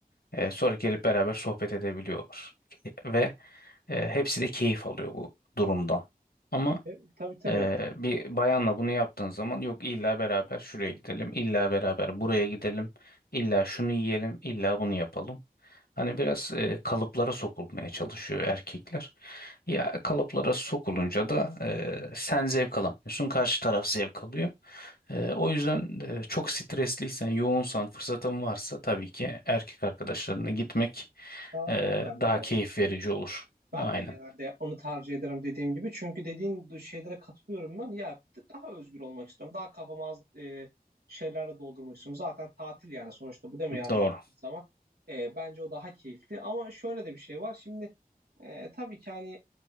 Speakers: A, on the left (about 80°); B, on the right (about 90°).
A: E, sonra gelip beraber sohbet edebiliyorlar. Ve e, hepsi de keyif alıyor bu durumdan. Ama
B: E, tabii tabii.
A: ee, bir bayanla bunu yaptığın zaman yok illa beraber şuraya gidelim, illa beraber buraya gidelim, illa şunu yiyelim, illa bunu yapalım. Hani biraz e, kalıplara sokulmaya çalışıyor erkekler. Ya kalıplara sokulunca da e, sen zevk alamıyorsun, karşı taraf zevk alıyor. E, o yüzden e, çok stresliysen, yoğunsan, fırsatın varsa tabii ki erkek arkadaşlarına gitmek
B: Daha
A: e,
B: öyle tarif
A: daha
B: edersin.
A: keyif verici olur.
B: Ben
A: Aynen.
B: de genelde yapmamı tercih ederim dediğim gibi. Çünkü dediğin şeylere katılıyorum ben. Ya daha özgür olmak istiyorum. Daha kafamı az e, şeylerle doldurmak istiyorum. Zaten tatil yani sonuçta bu değil mi? Yani
A: Doğru.
B: baktığın zaman e, bence o daha keyifli. Ama şöyle de bir şey var. Şimdi e, tabii ki hani